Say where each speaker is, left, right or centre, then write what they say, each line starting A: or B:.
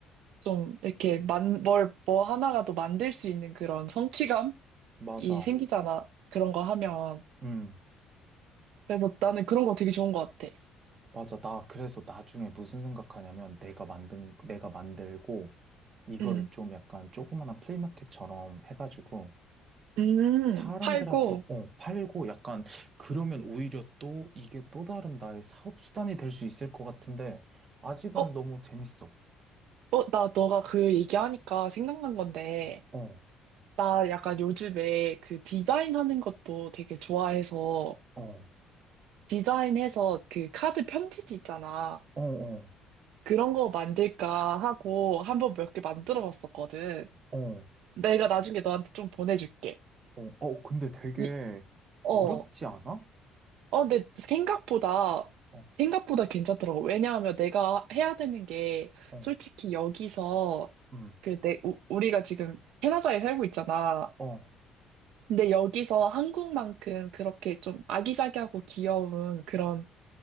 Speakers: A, on the right; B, on the right.
A: 좀 이렇게 만, 뭘, 뭐 하나라도 만들 수 있는 그런 성취감이
B: 맞아.
A: 생기잖아. 그런 거 하면.
B: 응
A: 그래서 나는 그런 거 되게 좋은 것 같아.
B: 맞아. 나 그래서 나중에 무슨 생각하냐면 내가 만든, 내가 만들고 이거를
A: 음,
B: 좀 약간 조그마한 플리마켓처럼 해가지고
A: 음,
B: 사람들한테
A: 팔고,
B: 어, 팔고 약간 그러면 오히려 또 이게 또 다른 나의 사업 수단이 될 수 있을 것 같은데 아직은
A: 어,
B: 너무 재밌어.
A: 어, 나 너가 그 얘기하니까 생각난 건데,
B: 어,
A: 나 약간 요즘에 그 디자인 하는 것도 되게 좋아해서,
B: 어,
A: 디자인해서 그 카드 편지지 있잖아.
B: 어, 어,
A: 그런 거 만들까 하고 한번 몇 개 만들어 봤었거든.
B: 어,
A: 내가 나중에 너한테 좀 보내줄게.
B: 어, 어, 근데 되게
A: 이, 어,
B: 어렵지 않아?
A: 어, 근데 생각보다,
B: 어,
A: 생각보다 괜찮더라고. 왜냐하면 내가 해야 되는 게,
B: 어,
A: 솔직히 여기서,
B: 음,
A: 그 내, 우, 우리가 지금 캐나다에 살고 있잖아.
B: 어.
A: 근데 여기서 한국만큼 그렇게 좀 아기자기하고 귀여운 그런